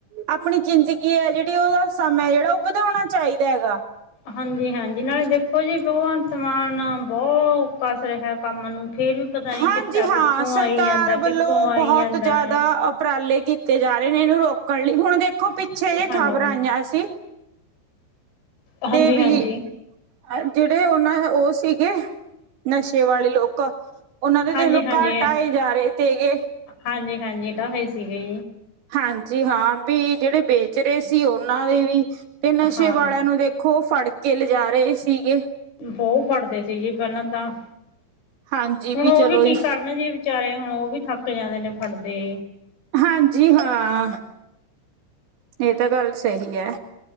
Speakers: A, on the right; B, on the left.
A: ਆਪਣੀ ਜ਼ਿੰਦਗੀ ਐ ਜਿਹੜੀ, ਉਹਦਾ ਸਮਾਂ ਹੈ ਜਿਹੜਾ ਉਹ ਵਧਾਉਣਾ ਚਾਹੀਦਾ ਹੈਗਾ।
B: ਹਾਂਜੀ-ਹਾਂਜੀ, ਨਾਲੇ ਦੇਖੋ ਜੀ ਭਗਵੰਤ ਮਾਨ ਬਹੁਤ ਕੱਸ ਰਿਹਾ ਕੰਮ ਨੂੰ, ਫੇਰ ਵੀ ਪਤਾ ਨੀ
A: ਹਾਂਜੀ-ਹਾਂ,
B: ਚਿੱਟਾ ਕਿੱਥੋਂ
A: ਸਰਕਾਰ
B: ਆਈ ਜਾਂਦਾ
A: ਵੱਲੋਂ
B: ਕਿੱਥੋਂ ਆਈ
A: ਬਹੁਤ
B: ਜਾਂਦਾ
A: ਜ਼ਿਆਦਾ
B: ਆ।
A: ਉਪਰਾਲੇ ਕੀਤੇ ਤੇ ਜਾ ਰਹੇ ਨੇ, ਇਹਨੂੰ ਰੋਕਣ ਲਈ। ਹੁਣ ਦੇਖੋ, ਪਿੱਛੇ ਜੇ ਖ਼ਬਰਾਂ
B: ਹਾਂਜੀ,
A: ਆਈਆਂ ਸੀ
B: ਹਾਂਜੀ-ਹਾਂਜੀ,
A: ਤੇ, ਵੀ ਜਿਹੜੇ, ਉਹਨਾਂ ਉਹ ਸੀਗੇ, ਨਸ਼ੇ ਵਾਲੇ ਲੋਕ ਉਹਨਾਂ ਦੇ
B: ਹਾਂਜੀ-ਹਾਂਜੀ।
A: ਦੇਖਲੋ ਘਰ ਟ੍ਹਾਈ ਜਾ ਰਹੇ, ਤੇਗੇ।
B: ਹਾਂਜੀ-ਹਾਂਜੀ, ਇਦਾਂ ਹੋਏ ਸੀਗੀ।
A: ਹਾਂਜੀ- ਹਾਂ, ਵੀ ਜਿਹੜੇ ਵੇਚ ਰਹੇ ਸੀ ਉਹਨਾਂ ਦੇ ਵੀ, ਤੇ ਨਸ਼ੇ
B: ਹਾਂ
A: ਵਾਲਿਆਂ ਨੂੰ ਦੇ ਦੇਖੋ, ਫੜਕੇ ਲਿਜਾ ਰਹੇ ਸੀਗੇ।
B: ਬਹੁਤ ਫੜਦੇ ਸੀ ਜੀ ਪਹਿਲਾਂ ਤਾਂ,
A: ਹਾਂਜੀ
B: ਹੁਣ ਉਹ
A: ਚਲੋ
B: ਵੀ ਕੀ
A: ਇਹ,
B: ਕਰਨ ਜੇ ਵਿਚਾਰੇ, ਹੁਣ ਉਹ ਵੀ ਥੱਕ ਜਾਂਦੇ ਨੇ ਫੜਦੇ।
A: ਹਾਂਜੀ-ਹਾਂ, ਇਹ ਤਾ ਗੱਲ ਸਹੀ ਹੈ।